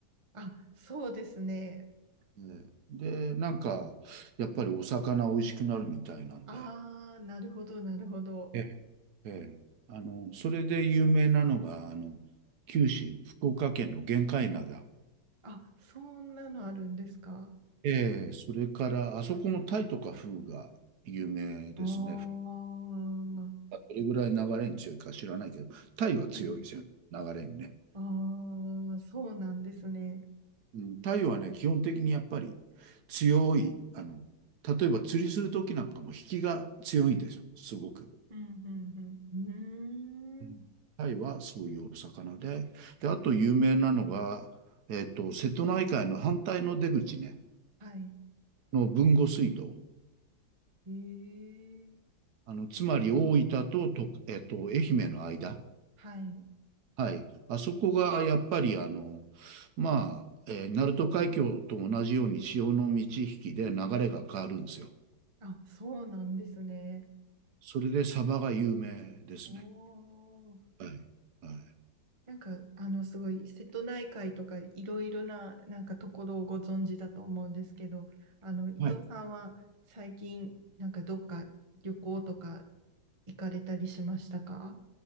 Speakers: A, on the right (about 35°); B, on the right (about 60°).
A: あ、そうですね。
B: ええで、なんか、やっぱりお魚美味しくなるみたいなんで。
A: ああ、なるほど、なるほど。
B: ええ、ええあの、それで有名なのが、あの、九州、福岡県の玄界灘。
A: あ、そんなのあるんですか
B: ええ、それから、あそこもタイとかフグが有名ですね。
A: ああー、
B: どれぐらい流れに強いか知らないけど、タイは強いですよね、
A: はい。
B: 流れにね。
A: ああ、そうなんですね。
B: うん、太陽はね、基本的にやっぱり強い、あの、例えば釣りするときなんかも引きが強いんですよ、すごく。
A: うん、うん、うん。
B: うんタイはそういうお魚で、
A: うーん。
B: で、あと有名なのが、えっと、瀬戸内海の反対の出口ね、
A: はい。
B: の豊後水道。
A: ええ、
B: あの、つまり大分と、と、えっと、愛媛の間。
A: はい。
B: はい。あそこがやっぱり、あの、まあ、えー鳴門海峡と同じように潮の満ち引きで流れが変わるんですよ。
A: あ、そうなんですね。
B: それでサバが有名ですね。
A: おー
B: はい。はい。
A: なんか、あの、すごい、瀬戸内海とか、いろいろな、なんかところをご存知だと思うんですけど、あの、伊藤さんは最近、
B: はい。
A: なんかどっか旅行とか行かれたりしましたか